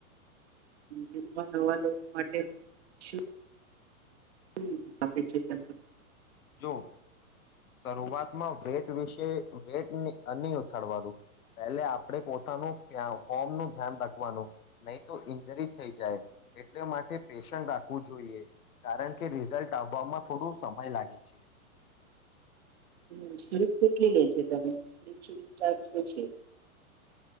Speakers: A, on the right; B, on the left.
A: જેમમાં નવા લોકો માટે શું? <unintelligible>
B: જો સરૂઆતમાં વેટ વિશે વેટ નહી ઉથાડવાનું, પહેલે આપણે પોતાનું ફી, ફોમનું ધ્યાન રાખવાનું નહી તો ઈન્જરી થઈ જાય. એટલે માટે પેશન રાખવું જોઈએ કારણ કે રિઝલ્ટ આવવામાં થોડો સમય લાગે. <inaudible>
A: હમ સ્લીપ કેટલી લે છે તમે સ્લીપ <unintelligible> ચાલો શું છે?